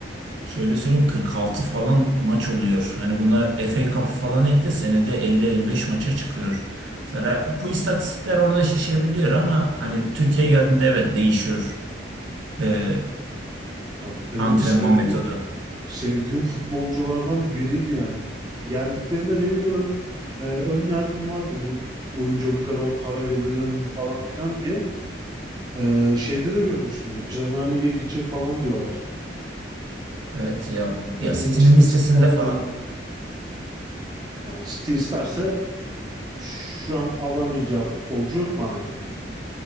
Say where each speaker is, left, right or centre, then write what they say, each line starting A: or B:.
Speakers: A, on the right (about 80°); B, on the right (about 20°).
A: Şöyle söyleyeyim 46 falan maç oluyor. Hani buna FA Cup'ı falan ekle senede 50-55 maça çıkıyor. Sonra bu istatistikler orada şişebiliyor ama hani Türkiye'ye geldiğinde evet değişiyor e,
B: Ya benim
A: antrenman
B: sevdiğim
A: metodu.
B: sevdiğim futbolculardan biriydi yani. Geldiklerinde benim de ön e, ön yargım vardı bu oyuncuya bu kadar para verilir mi falan filan diye. Ee, şeyde de görmüşsündür. Premier Lig'e gidecek falan diyorlar.
A: Evet ya ya
B: Ee, Manchester
A: City'nin listesinde
B: City falan
A: falan.
B: diyorlar. Yani City isterse şu an alamayacağı futbolcu yok bana göre.